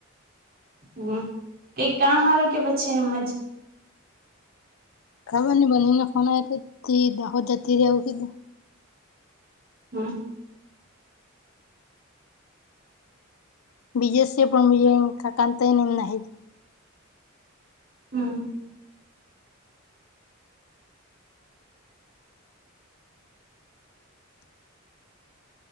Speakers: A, on the right; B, on the left.
A: હમ, કઈ કામ સારું કે, પછી એમ જ.
B: ખબર ન બનીને ફોનય તો, દાહોદ જતી રવું એવું કીધું.
A: હમ.
B: બીજેસ છે પણ બીજ કતાઈ નનેમ નહી <unintelligible>
A: હમ.